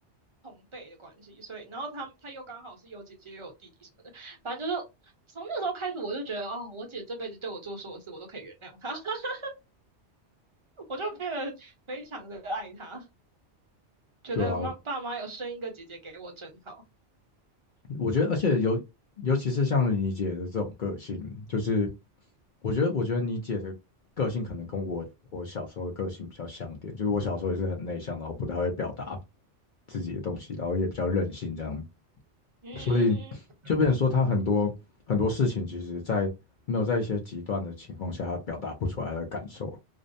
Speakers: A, on the right (about 30°); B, on the left (about 55°).
A: 同辈的关系，所以，然后她她又刚好是有姐姐又有弟弟什么的，反正就是从那时候开始，我就觉得哦，我姐这辈子对我做所有事，我都可以原谅她，<laughs> 我就变得非常的爱她，觉得妈爸妈有生一个姐姐给我真好，
B: 对啊，我觉得，而且尤尤其是像你姐的这种个性，就是我觉得，我觉得你姐的个性可能跟我我小时候的个性比较像点，就是我小时候也是很内向，然后不太会表达自己的东西，然后也比较任性这样。
A: 嗯
B: 所以就变成说，他很多很多事情，其实在没有在一些极端的情况下，他表达不出来的感受，